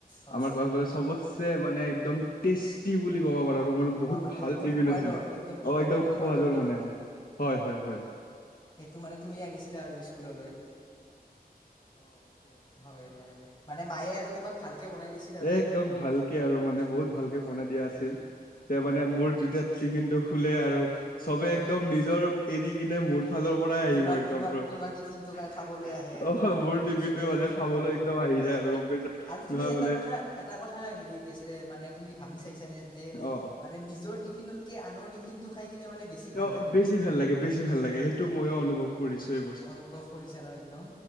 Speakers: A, on the left (about 30°); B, on the left (about 65°).
A: হয়।
B: আমাৰ ক্লাছত মানে ছবতচে মানে একদম টেস্টি বুলি ক'ব পাৰা আৰু মোৰ বহুত
A: অ' মানে
B: ভাল
A: একদম
B: টিফিন
A: সোৱাদৰ
B: আছিল
A: একদম
B: অ' একদম
A: মানে সোৱাদৰ
B: খোৱাদৰ
A: টিফিনটো।
B: মানে অ'। হয়, হয়-হয়।
A: সেইটো মানে তুমি আনিছিলা আৰু স্কুললৈ হয়- হয়। মানে মায়ে আৰু তোমাক ভালকে বনাই দিচে।
B: এ' একদম ভালকে আৰু মানে বহুত ভালকে
A: হয়
B: বনাই
A: হয়
B: দিয়া আছিল তে
A: হয়
B: মানে মোৰ যেতিয়া টিফিন টো খোলে আৰু চবে
A: হয়
B: একদম নিজৰ এৰি কিনে মোৰ চব ফালৰ পৰাই আহিব
A: তোমাৰ
B: একদম
A: তোমাৰ
B: পুৰা
A: তোমাৰ টিফিনটো কাৰ খাবলৈ আহে আৰু তোমাৰ
B: অ' মোৰ
A: হেৰিত
B: টিফিনটো
A: চবেই
B: মানে
A: নিজৰটো
B: খাবলৈ
A: এৰি কিনে
B: একদম আহি যায়। গম পাইচা
A: আৰু তুমি
B: নহয়
A: এটা
B: বোলে
A: কথা এটা কথা হেৰি কি আছিলে মানে তুমি ভাবি চাইছানে যে
B: অ
A: মানে নিজৰ টিফিনত কে আনৰ টিফিনটো খাই কিনে মানে বেছি ভাল
B: অ'
A: লাগে
B: বেশি
A: মানে
B: ভাল লাগে, বেশি ভাল লাগে। এ, সেইটো
A: হয়
B: ময়ো অনুভৱ কৰিছো এই বস্তুটো।
A: অনুভৱ কৰিছা ন একদম